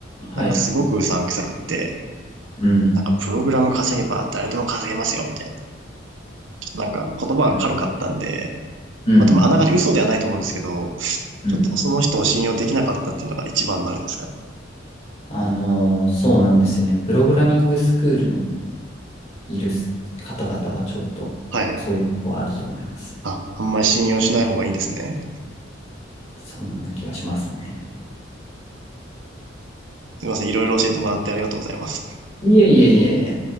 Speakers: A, on the left; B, on the right.
A: はい。
B: なんかすごくうさんくさくって、
A: うん。
B: なんかプログラム稼げば誰でも稼げますよ、みたいな。ちょっとなんか言葉が軽かったんで、
A: うん。
B: まあ、多分あながち嘘ではないと思うんですけど、
A: うん。
B: ちょっとその人を信用できなかったっていうのが一番のあれですかね。
A: あのーそうなんですよね。プログラミングスクールにいる方々はちょっとそういうとこあると思います。
B: はい。あ、あんまり信用しない方がいいんですね。
A: そんな気はしますね。
B: すいません。いろいろ教えてもらってありがとうございます。
A: いえいえいえいえ。